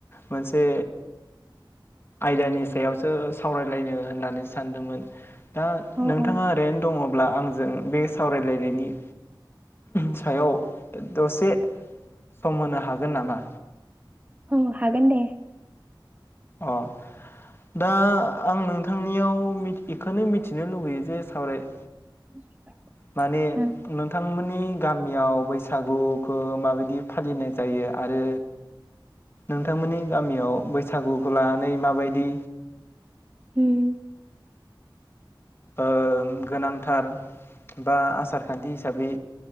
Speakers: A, on the left; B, on the right.
A: मोनसे आयदानि सायावसो सावरायलायनो होननानै सानदोंमोन दा
B: अ
A: नोंथाङा
B: अ
A: ओरैनो दङ ब्ला आंजों बे सावरायलायनायनि सायाव दसे सम होनो हागोन नामा?
B: औ हागोन दे ।
A: अ दा आं नों थांनियाव मि इखोनो मिथि नो लुुबैयो जे सावराय
B: <inaudible>
A: माने
B: ओं
A: नोंथांमोननि गामियाव बैसागुखौ माबायदि फालिनाय जायो आरो नोंथांमोननि गामियाव बैसागुखौ लानानै माबायदि
B: होम ।
A: ओम गोनांथार बा आसारखान्थि हिसाबै